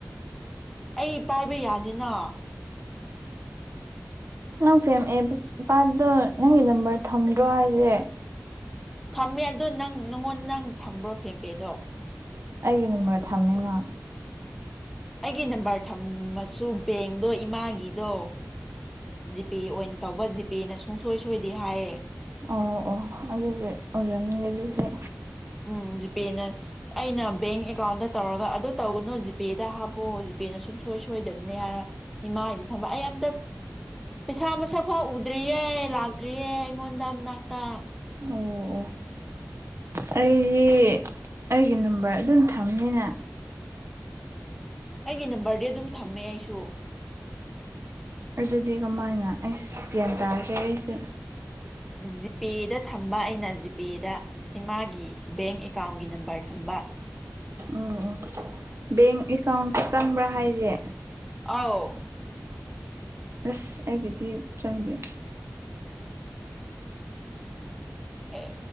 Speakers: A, in the centre; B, on the right (about 60°).
A: ꯑꯩ ꯄꯥꯏꯕ ꯌꯥꯅꯤꯅ
B: ꯅꯪ ꯐꯦꯝꯃꯛꯑꯦ ꯄꯥꯏꯕꯗꯣ ꯅꯪꯒꯤ ꯅꯝꯕꯔ ꯊꯝꯗ꯭ꯔꯣ ꯍꯥꯏꯁꯦ
A: ꯊꯝꯃꯦ ꯑꯗꯣ ꯅꯪ ꯅꯪꯉꯣꯟꯗ ꯅꯪ ꯊꯝꯕ꯭ꯔꯣ ꯐꯦꯝꯕꯦꯗꯣ
B: ꯑꯩꯒꯤ ꯅꯝꯕꯔ ꯊꯝꯃꯦꯅ
A: ꯑꯩꯒꯤ ꯅꯝꯕꯔ ꯊꯝꯃꯁꯨ ꯕꯦꯡꯗꯣ ꯏꯃꯥꯒꯤꯗꯣ ꯖꯤꯄꯤꯦ ꯑꯣꯏꯅ ꯇꯧꯕ ꯖꯤꯄꯤꯦꯅ ꯁꯨꯡꯁꯣꯏ ꯁꯣꯏꯗꯤ ꯍꯥꯏꯌꯦ
B: ꯑꯣ ꯑꯣ ꯑꯗꯨ ꯑꯣꯔꯗꯤꯦ
A: ꯎ ꯖꯤꯄꯦꯅ ꯑꯩꯅ ꯕꯦꯡ ꯑꯦꯀꯥꯎꯟꯗ ꯇꯧꯔꯒ ꯑꯗꯨ ꯇꯧꯒꯅꯨ ꯖꯤꯄꯦꯗ ꯍꯥꯞꯄꯑꯣ ꯖꯤꯄꯦꯅ ꯁꯨꯝ ꯁꯨꯡ ꯁꯣꯏ ꯁꯣꯏꯗꯕꯅꯦ ꯍꯥꯏꯔ ꯏꯃꯥ ꯍꯥꯏꯗꯤ ꯊꯝꯕ ꯑꯩ ꯑꯝꯇ ꯄꯩꯁꯥ ꯃꯁꯛ ꯐ ꯎꯗ꯭ꯔꯤꯌꯦ ꯂꯥꯛꯇ꯭ꯔꯤꯌꯦ ꯑꯩꯉꯣꯟꯗ ꯃꯅꯥꯛꯇ
B: ꯑꯣ ꯑꯣ ꯑꯩꯁ ꯑꯩꯒꯤ ꯅꯝꯕꯔ ꯑꯗꯨꯝ ꯊꯝꯅꯤꯅ
A: ꯑꯩꯒꯤ ꯅꯝꯕꯔꯗꯤ ꯑꯗꯨꯝ ꯊꯝꯃꯦ ꯑꯩꯁꯨ
B: ꯑꯗꯨꯗꯤ ꯀꯃꯥꯏꯅ ꯑꯩꯁꯨ ꯒ꯭ꯌꯥꯟ ꯇꯥꯒꯦ ꯑꯩꯁꯨꯦ
A: ꯖꯤꯄꯦꯗ ꯊꯝꯕ ꯑꯩꯅ ꯖꯤꯄꯦꯗ ꯏꯃꯥꯒꯤ ꯕꯦꯡ ꯑꯦꯀꯥꯎꯟꯒꯤ ꯅꯝꯕꯔ ꯊꯝꯕ
B: ꯎꯝ ꯕꯦꯡ ꯑꯦꯀꯥꯎꯟꯀ ꯆꯪꯕ꯭ꯔꯥ ꯍꯥꯏꯁꯦ
A: ꯑꯥꯎ
B: ꯑꯁ ꯑꯩꯒꯤꯗꯤ ꯆꯪꯗꯦ
A: ꯑꯦ